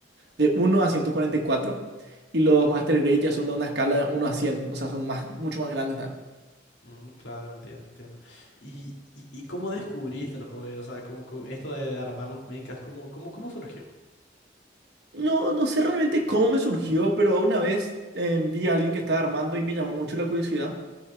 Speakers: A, on the right (about 60°); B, on the left (about 80°).
A: de uno a ciento cuarenta y cuatro y los Master Grade ya son de una escala de uno a cien o sea, son más, mucho más grandes. ¿no?
B: Mm, claro, entiendo, entiendo. ¿Y, y, y cómo descubriste el hobby? O sea, ¿cómo- cómo- esto de armar los mechas, ¿cómo, cómo, cómo surgió?
A: No, no sé realmente cómo me surgió, pero una vez eh, vi a alguien que estaba armando y me llamó mucho la curiosidad.